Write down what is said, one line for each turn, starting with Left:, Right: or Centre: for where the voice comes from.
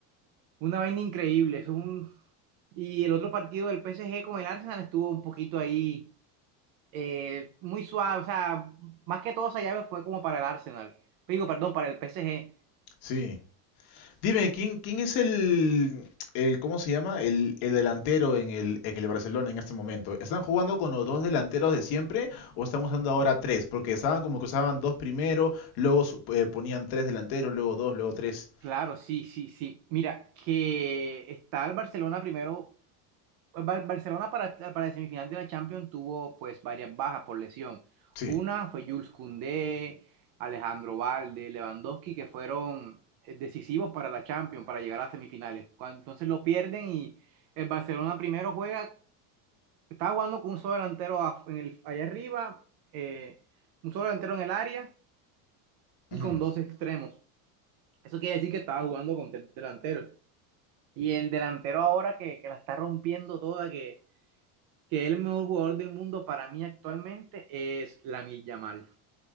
Right: una vaina increíble. Es un... Y el otro partido del PSG con el Arsenal estuvo un poquito ahí, eh, muy suave, o sea, más que todo esa llave fue como para el Arsenal. Digo, perdón, para el PSG.
Left: Sí. Dime, ¿quién, quién es el, el, ¿cómo se llama? El, el delantero en el, en el Barcelona en este momento. ¿Están jugando con los dos delanteros de siempre o están usando ahora tres? Porque estaban como que usaban dos primero, luego su- eh, ponían tres delanteros, luego dos, luego tres.
Right: Claro, sí, sí, sí. Mira, que está el Barcelona primero Bar- Barcelona para, para el semifinal de la Champions tuvo pues varias bajas por lesión.
Left: Sí.
Right: Una fue Jules Koundé, Alejandro Valde, Lewandowski, que fueron eh, decisivos para la Champions, para llegar a semifinales. Cuando- entonces lo pierden y el Barcelona primero juega, estaba jugando con un solo delantero af- en el, allá arriba, eh, un solo delantero en el área y
Left: Ujú.
Right: con dos extremos. Eso quiere decir que estaba jugando con tres delanteros. Y el delantero ahora que, que la está rompiendo toda, que que el mejor jugador del mundo para mí actualmente es Lamil Yamal.